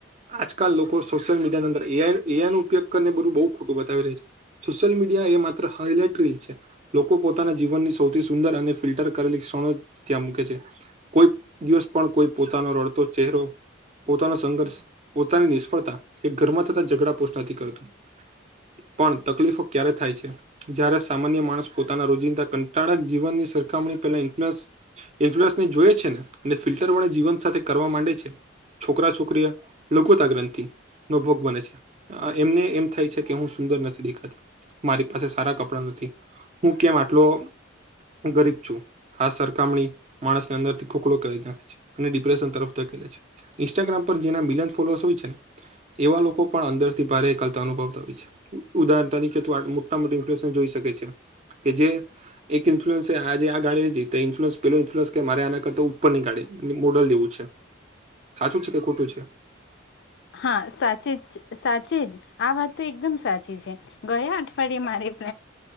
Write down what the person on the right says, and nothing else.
આજકાલ લોકો સોશિયલ મીડિયા ની અંદર એઆઈ એઆઈ નું પયોગ કરીને બધું બઉ ખોટું બતાવી રહી છે સોસીયલ મુ એ માત્ર <unintelligible> લોકો પોતાના જીવનની સૌથી સુંદર અને ફિલ્ટર કરેલી ક્ષણો ત્યાં મૂકે છે કોઈ દિવસ પણ કોઈ પોતાનો રડતો ચહેરો. પોતાનો સંઘર્ષ પોતાની નિષ્ફળતા એ ઘરમાં થતા ઝઘડા પોષ નથી કરતું. પણ તકલીફો ક્યારે થાય છે જ્યારે સામાન્ય માણસ પોતાના રોજિંદા કંટાળક જીવનની સરખામણી પેલા ઇન્ફનસ ઇન્ફનસને જોએ છે ને અને ફિલ્ટર વાળી જીવન સાથે કરવા માંડે છે. છોકરા છોકરીઓ લઘુતા ગ્રંથિ નો ભોગ બને છે એમને એમ થાય છે કે હું સુંદર નથી દેખાતી. મારી પાસે સારા કપડા નથી હું કેમ આટલો હું ગરીબ છું હ સર તમણી માણસને અંદરથી ખોકડો કરી નાખે છે અને ડિપ્રેશન તરફ તે ફેરે છે ઇન્સ્ટાગ્રામ પર જેના લિયન ફોલોવર્ષ હોય છે ને એવા લોકો પણ અંદરથી ભારે એકલતા અનુવતા હોય છે ઉદાહરણ તરીકે મોટા મોટા ઇન્ફલુઅન્સ જોઈ શકે છે કે જે એક ઇન્ફ્લુન્સે આજે આ ગાડી લીધી તો ઇન્ફ્લુઅન પેલું ઇન્ફલુન્સ કે મારે આના કરતા ઉપર ની ગાડી ને મોડલ લેવું છે સાચું છે કે ખોટું છે?